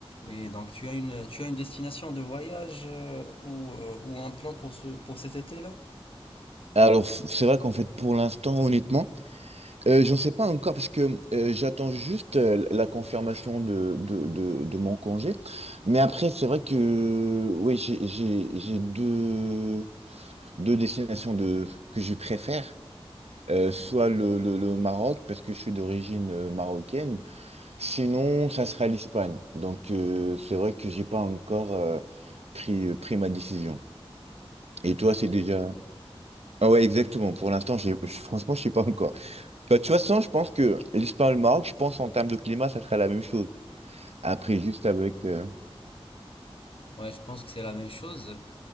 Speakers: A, on the left (about 60°); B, on the right (about 90°).
A: Oui, donc tu as une, tu as une destination de voyage euh, ou, euh, ou un plan pour ce, pour cet été-là?
B: Alors, f- c'est vrai qu'en fait, pour l'instant, honnêtement, euh, j'en sais pas encore parce que euh, j'attends juste euh, la confirmation de, de, de, de mon congé. Mais après, c'est vrai que oui, j'ai j'ai- j'ai deux, deux destinations de, que je préfère. Euh, soit le, le, le Maroc, parce que je suis d'origine euh, marocaine. Sinon, ça sera l'Espagne. Donc, euh, c'est vrai que j'ai pas encore euh, pris, euh, pris ma décision. Et toi, c'est déjà... Ah ouais, exactement. Pour l'instant, j'ai- franchement, je sais pas encore. Bah, tu vois, toute façon, je pense que l'Espagne et le Maroc, je pense en termes de climat, ça serait la même chose. Après, juste avec... euh,
A: Ouais, je pense que c'est la même chose.